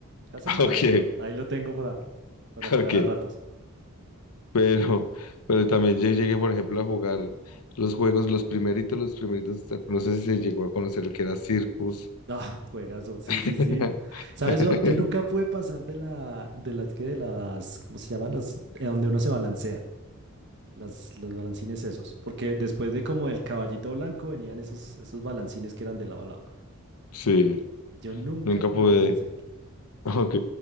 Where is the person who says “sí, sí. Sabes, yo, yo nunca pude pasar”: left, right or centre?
Right